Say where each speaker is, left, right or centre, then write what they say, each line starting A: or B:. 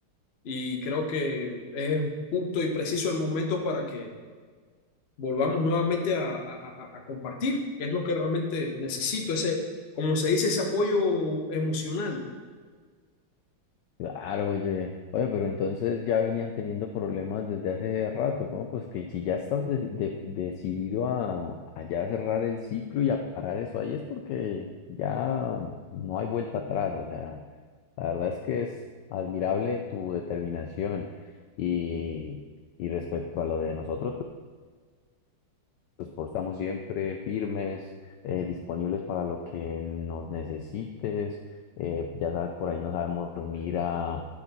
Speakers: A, on the left; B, on the left.
A: y creo que es justo y preciso el momento para que volvamos nuevamente a, a, a a compartir, que es lo que realmente necesito, ese, como se dice, ese apoyo emocional
B: Claro, oye, oye, pero entonces ya venían teniendo problemas desde hace rato, ¿no? Pues que si ya estás de- de- decidido a, a ya cerrar el ciclo y a parar eso ahí es porque ya no hay vuelta atrás, o sea, la verdad es que es admirable tu determinación y, y respecto a lo de nosotros. Los estamos siempre firmes, eh, disponibles para lo que nos necesites. Eh, ya sabes, por ahí nos sabemos reunir a,